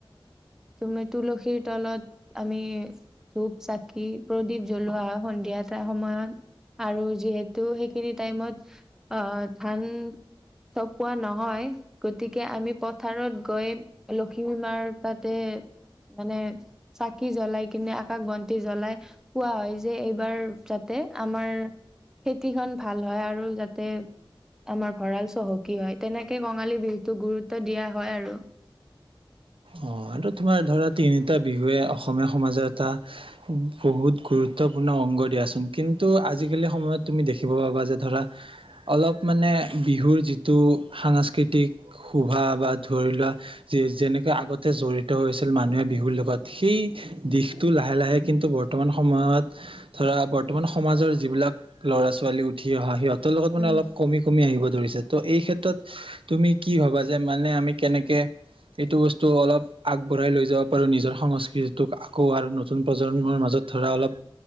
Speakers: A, in the centre; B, on the right.
A: তমাৰ তুলসীৰ তলত আমি ধূপ চাকি <unintelligible> প্ৰদীপ জ্বলোৱা হয় সন্ধিয়া এাৰ সময়ত আৰু যিহেতু সেইখিনি টাইমত আহ ধান চপোৱা নহয় গতিকে আমি পথাৰত গৈ লখিমী মাৰ তাতে মানে চাকি জ্বলাই কিনে আকাশ বন্তি জ্বলাই <unintelligible> কোৱা হয় যে এইবাৰ যাতে আমাৰ খেতিখন ভাল হয়, আৰু যাতে আমাৰ ভঁৰাল চহকী হয়। তেনেকে কঙালী বিহুতোক গুৰুত্ব দিয়া হয় আৰু।
B: অ আৰু তোমাৰ ধৰা তিনিটা বিহুৱে অসমীয়া সমাজৰ এটা বহুত গুৰুত্বপূৰ্ণ অংগ দিয়াচোন। কিন্তু আজিকালি সময়ত তুমি দেখিব পাবা যে, ধৰা অলপ মানে বিহুৰ যিটো সাংস্কৃতিক শোভা বা ধৰি লোৱা যেনে। আগতে জড়িত হৈছিল, মানুহে বিহুৰ লগত সেই। দিশতটো লাহে লাহে কিন্তু বৰ্তনাম । বৰ্তমান সময়ত, ধৰা বৰ্তমান সমাজৰ যিবিলাক ল'ৰা ছোৱালী উঠি অহা সিহঁতক। সিহঁতৰ লগত মান,
A: উম
B: অলপ কমি কমি আহিব ধৰিছে। ত এই ক্ষেত্ৰত তুমি কি ভাবা যে, মানে আমি কেনেকে এইটো বস্তু। তো অলপ আগবঢ়াই লৈ যাব পাৰোঁ। নিজৰ সংস্কৃতিটোক আকৌ আৰু নতুন প্ৰজন্মৰ মাজত ধৰা অলপ